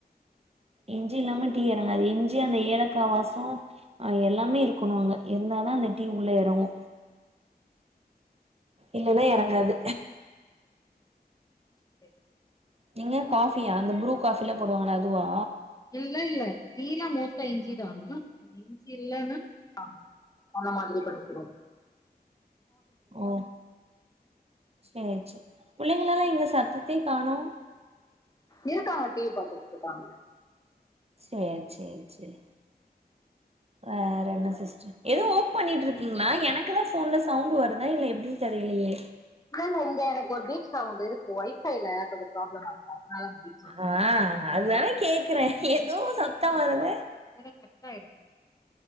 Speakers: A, on the right; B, on the left.
A: இஞ்சி இல்லாம டீ எறங்காது இஞ்சி அந்த ஏலக்கா வாசம் அ எல்லாமே இருக்கணு அங்க இருந்தாதா அந்த டீ உள்ள எறங்கு இல்லனா எறங்காது
B: செரி
A: நீங்க காஃபியா அந்த ப்ரூ காஃபிலா போடுவாங்களே அதுவா
B: இல்லல்ல டீ னா மோஸ்ட்டா இஞ்சிதா இஞ்சி இல்லனா டா அந்த மாதிரி பண்ணிகிடுவோ
A: ஓ சேர் செர் புள்ளைங்களெல்லா எங்க சத்தத்தயே காணோ
B: இருக்காங்க டிவி பாத்துட்ருக்காங்க
A: சேரி சேரி சேரி வேறென்ன சிஸ்ட் எதோ ஒர்க் பண்ணிட்ருக்கீங்ளா எனக்குதா ஃபோன்ல சவுண்ட் வருதா இல்ல எப்டின் தெரிலையே
B: இல்ல இல்ல இங்க எனக்கு ஒரு பீட் சவுன்டு இருக்கு ஒய்ஃபைல கொஞ்சொ ப்ராப்ளமார்க்கு அதுனால மெபி
A: ஆ அதுதான கேக்குறே எதோ சத்த வருது
B: ஸ்டக் ஆயிருந்து